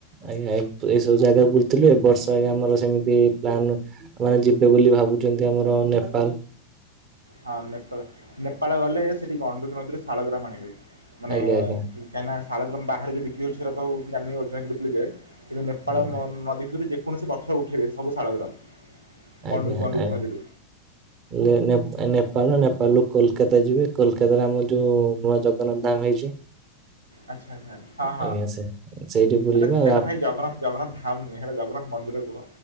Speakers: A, on the right; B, on the right.
A: ଆଜ୍ଞା ଏଇ ସବୁ ଜାଗା ବୁଲଥିଲୁ, ଏ ବର୍ଷ ଆଜ୍ଞା ଆମର ସେମିତି ପ୍ଲାନ ମାନେ ଯିବେ ବୋଲି ଭାବୁଛନ୍ତି ଆମର ନେପାଲ୍।
B: ହଁ ନେପାଳ ନେପାଳ ଗଲେ ସେଠି ଗଣ୍ଡୁକ ନଦୀରେ ଶାଳଗ୍ରାମ ଆଣିବେ ମାନେ
A: ଆଜ୍ଞା
B: କାହିକିନା
A: ଆଜ୍ଞା
B: ଶାଳ ଗ୍ରାମ ବାହାରେ ଯଉ ବିକ୍ରି ହଉଚି ସେଟା ମୁ ଜାଣିନି ଅଧିକ <unintelligible> କିନ୍ତୁ ନେପାଳ
A: ଆଜ୍ଞା
B: ନ ନଦୀ ଭିତୁରେ ଯେକୌଣସି ପଥର ଉଠେଇବେ ସବୁ ଶାଳଗ୍ର କଣ୍ଡୁ
A: ଆଜ୍ଞା
B: କଣ୍ଡୁକୁ
A: ଆଜ୍ଞା।
B: ମଝିରୁ
A: ନେ ନେପାଳ ନେପାଳ ନେପାଳରୁୁ କୋଲକାତା ଯିବେ କୋଲକାତାରେ ଆମର ଯୋଉ ନୂଆ ଜଗନ୍ନାଥ ଧାମ ହେଇଛି
B: ଆଚ୍ଛା ଆ୍ଛା ହଁ ହଁ
A: ଆଜ୍ଞା ସେ ସେଇଠି ବୁଲିବା
B: ସେଟା
A: ଆଉ
B: ସେଟା
A: ଆପ
B: ଭାଇ ଜଗନ୍ନାଥ ଜଗନ୍ନାଥ ଧାମ ନୁହେଁ ସେଇଟା ଜଗନ୍ନାଥ ମନ୍ଦିର କୁହ